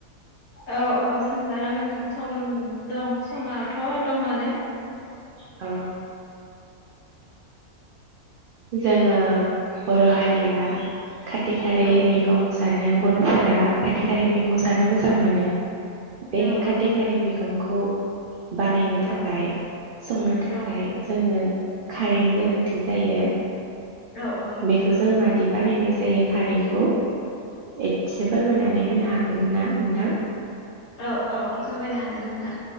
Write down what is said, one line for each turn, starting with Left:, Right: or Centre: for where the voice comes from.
Left: औ औ सोंजागोन नोंथां सम दं समाथ' दङनो
Right: औ जोङो बर' हारिया खारदै खारै
Left: औ
Right: मैगं जानो बर'फोरा खारदै खारै मैगं जानो मोजां मोनो बे
Left: औ
Right: खारदै
Left: औ
Right: खारै मैगं खौ बानायनो
Left: औ
Right: थाखाय संनो थाखाय
Left: औ
Right: जोंनो खारैनि गोनां। थि जायो।
Left: औ औ।
Right: बेखौ जों मादि बानायनाय जायो खारैखौ एसे फोरमायनानै होनो हागोन ना नोंथां?
Left: औ औ फोरमायनो हागोन नोंथां।